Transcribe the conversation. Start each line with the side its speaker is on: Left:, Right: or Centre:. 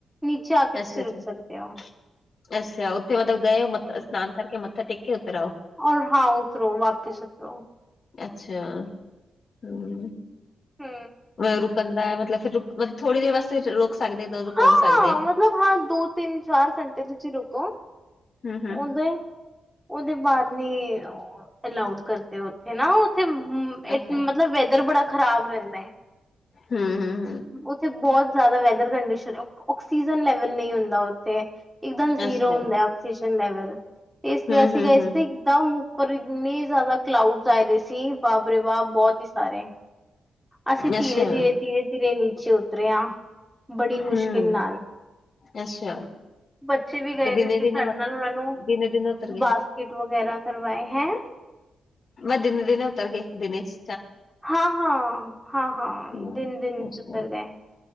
Centre: ਨੀਚੇ ਆ ਕੇ ਤੁਸੀਂ
Left: ਅਛਾ-ਅਛਾ-ਅਛਾ
Centre: ਸਕਦੇ ਹੋ
Left: ਉਥੇ ਮਤਲਬ ਗਏ ਮ
Centre: ਹੂੰ
Left: ਇਸਨਾਨ ਕਰਕੇ, ਮੱਥਾ ਟੇਕਕੇ ਉਤਰ ਆਓ?
Centre: ਔਰ ਹਾਂ, ਉਤਰੋ ਵਾਪਿਸ ਉਤਰੋ।
Left: ਅੱਛਾ, ਹੂੰ
Centre: ਹੂੰ
Left: ਵ ਰੁਕਨਦਾ ਮਤਲਬ ਫਿਰ ਰੁ, ਮਤਲ ਥੋੜੀ ਦੇਰ ਵਾਸਤੇ ਰੋ ਸਕਦੇ, ਦ
Centre: ਹਾਂ-ਹਾਂ
Left: ਘੁੰਮ ਸਕਦੇ।
Centre: ਮਤਲਬ ਹਾਂ ਦੋ ਤਿੰਨ ਚਾਰ ਘੰਟੇ ਤੁਸੀਂ ਰੁਕੋ
Left: ਹੂੰ, ਹੂੰ।
Centre: ਉਹਦੇ ਉਹਦੇ ਬਾਅਦ ਨੀ ਅਲਾਓਡ ਕਰਦੇ ਉੱਥੇ ਨਾ, ਉੱਥੇ ਅ
Left: ਅੱਛਾ
Centre: ਮਤਲਬ ਵੈਦਰ ਬੜਾ ਖ਼ਰਾਬ ਰਹਿੰਦਾ।
Left: ਹੂੰ, ਹੂੰ, ਹੂੰ।
Centre: ਉੱਥੇ ਬਹੁਤ ਜਿਆਦਾ ਵੈਦਰ ਕੰਡੀਸ਼ਨ, ਔਕਸੀਜਨ ਲੈਵਲ ਨਹੀਂ ਹੁੰਦਾ ਤੇ, ਇੱਕਦਮ ਜ਼ੀਰੋ
Left: ਅੱਛਾ।
Centre: ਹੁੰਦਾ ਔਕਸੀਜਨ ਲੈਵਲ। ਇਸ
Left: ਹੂੰ-ਹੂੰ,
Centre: ਲਈ ਅਸੀਂ ਗਏ
Left: ਹੂੰ, ਹੂੰ,
Centre: ਸੀ, ਇਕਦਮ ਉੱਪਰ ਇੰਨੇ ਜ਼ਿਆਦਾ ਕਲਾਊਡ ਆਏਦੇ ਸੀ, ਬਾਪਰੇ ਬਾਪ! ਬਹੁਤ ਹੀ ਸਾਰੇ। ਅਸੀ ਧੀਰੇ-ਧੀਰੇ,
Left: ਅੱਛਾ,
Centre: ਧੀਰੇ-ਧੀਰੇ ਨੀਚੇ ਉਤਰੇ ਆਂ। ਬੜੀ ਮੁਸ਼ਕਿਲ
Left: ਹੂੰ,
Centre: ਨਾਲ।
Left: ਅੱਛਾ
Centre: ਬੱਚੇ ਵੀ ਗਏ
Left: ਤੇ
Centre: ਦੇ
Left: ਦਿਨੇ-ਦਿਨੇ
Centre: ਸੀ ਸਾਡੇ
Left: ਮਤਲਬ
Centre: ਨਾਲ ਉਹਨਾਂ ਨੂੰ,
Left: ਦਿਨੇ-ਦਿਨੇ ਉਤਰ ਗਏ।
Centre: ਬਾਸਕਿਟ ਵਗੈਰਾ ਕਰਵਾਏ। ਹੈਂ?
Left: ਮੈਂ ਦਿਨੇ-ਦਿਨੇ ਉਤਰ ਗਈ ਦਿਨੇ'ਚ।
Centre: ਹਾਂ-ਹਾਂ, ਹਾਂ-ਹਾਂ
Left: ਹੂੰ
Centre: ਦਿਨ-ਦਿਨ'ਚ
Left: ਅੱਛਾ।
Centre: ਉਤਰ ਗਏ।